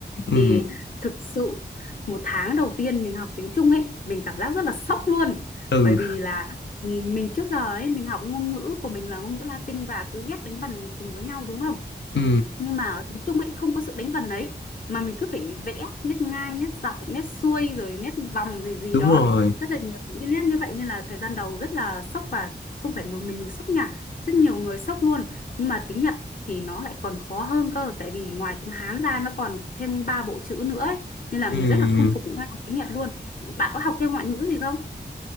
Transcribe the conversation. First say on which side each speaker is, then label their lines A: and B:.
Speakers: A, on the left; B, on the left.
A: ừ.
B: Thì thực sự một tháng đầu tiên mình học tiếng Trung ấy mình cảm giác rất là sốc luôn
A: ừ
B: bởi vì là ừ, mình trước giờ ấy mình học ngôn ngữ của mình là ngôn ngữ Latin và cứ ghép đánh vần cùng với nhau đúng không?
A: ừ
B: nhưng mà ở tiếng Trung ấy không có sự đánh vần ấy mà mình cứ phải vẽ nét ngang nét dọc nét xuôi rồi nét vòng gì gì
A: đúng
B: đó
A: rồi
B: rất là nhiều những cái nét như vậy nên là thời gian đầu rất là sốc và không phải một mình mình sốc nha rất nhiều người sốc luôn nhưng mà tiếng Nhật thì nó lại còn khó hơn cơ tại vì ngoài tiếng Hán ra nó còn thêm ba bộ chữ nữa ấy. nên là
A: ừ.
B: mình rất là không phục những ai học tiếng Nhật luôn bạn có học thêm ngoại ngữ gì không